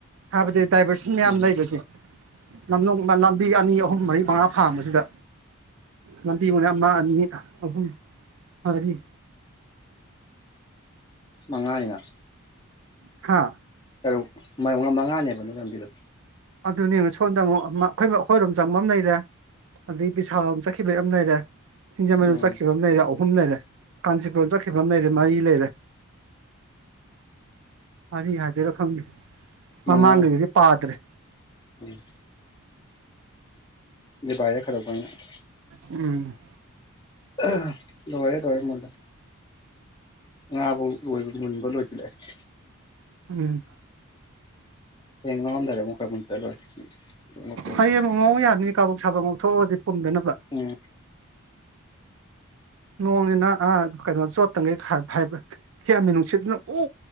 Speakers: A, on the right; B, on the left.
A: ꯍꯥꯏꯕꯗꯤ ꯗꯥꯏꯕꯔꯁꯟ ꯃꯌꯥꯝ
B: ꯎꯝ
A: ꯂꯩꯕꯁꯦ ꯂꯝꯂꫭꯡꯗ ꯂꯝꯕꯤ ꯑꯅꯤ ꯑꯍꯨꯝ ꯃꯔꯤ ꯃꯉꯥ ꯐꯥꯡꯕꯁꯤꯗ ꯂꯝꯕꯤ ꯃꯅ ꯑꯃ ꯑꯅꯤ ꯑꯍꯨꯝ ꯃꯔꯤ
B: ꯃꯉꯥꯅ
A: ꯍꯥꯥ
B: ꯇꯔꯨꯛ ꯃꯉꯥꯅꯦꯕꯅ ꯑꯗꯨ ꯂꯝꯕꯤꯗꯣ
A: ꯑꯗꯨꯅꯦꯕ ꯁꯣꯝꯗ ꯑꯃꯨꯛ ꯑꯩꯈꯣꯏ ꯑꯩꯈꯣꯏꯔꯣꯝ ꯆꯪꯕꯝ ꯂꯩꯔꯦ ꯑꯗꯒꯤ ꯄꯕꯤꯁꯥꯣꯝ ꯆꯠꯈꯤꯕ ꯌꯥꯝ ꯂꯩꯔꯦ ꯁꯤꯡꯖꯃꯩꯔꫭꯝ
B: ꯎꯝ
A: ꯆꯠꯈꯤꯕ ꯑꯃ ꯂꯩꯔꯦ ꯑꯍꯨꯝ ꯂꯩꯔꯦ ꯀꯥꯟꯆꯤꯄꯨꯔ ꯆꯠꯈꯤꯕ ꯑꯃ ꯂꯩꯔꯦ ꯃꯔꯤ ꯂꯩꯔꯦ ꯑꯅꯤ ꯍꯥꯏꯗꯣꯏꯔꯥ ꯈꯪꯗꯦ
B: ꯃꯉꯥ
A: ꯃꯃꯥꯡꯒꯤꯗꯨꯗꯤ ꯄꯥꯗ꯭ꯔꯦ
B: ꯎꯝ <inaudible>
A: ꯎꯝ
B: <unintelligible> ꯂꯣꯏꯔꯦ ꯂꯣꯏꯔꯦ ꯃꯨꯜꯂꯦ ꯉꯥꯕꯧ ꯂꯣꯏꯕ ꯃꯨꯟꯕ ꯂꯣꯏꯁꯤꯜꯂꯛꯑꯦ
A: ꯎꯝ
B: ꯍꯌꯦꯡ ꯉꯧꯔꯝꯗꯥꯏꯗ ꯑꯃꯨꯛ ꯈꯔ <unintelligible> ꯂꯣꯏ ꯉꯧꯊꯣꯛꯑ
A: ꯍꯌꯦꯡ ꯑꯃꯨꯛ ꯉꯧ ꯌꯥꯗꯅꯤ ꯀꯥꯕꯛ ꯁꯥꯕ ꯉꯧꯊꯣꯛꯑꯒꯗꯤ ꯄꯨꯝꯗꯅꯕ
B: ꯎꯝ
A: ꯅꯣꯡꯅꯤꯅ ꯑꯥ ꯀꯩꯅꯣ ꯆꯣꯠꯇꯈꯩꯕ <unintelligible> ꯍꯦꯛꯃꯤ ꯅꯨꯡꯁꯤꯠꯇꯨꯅ ꯎ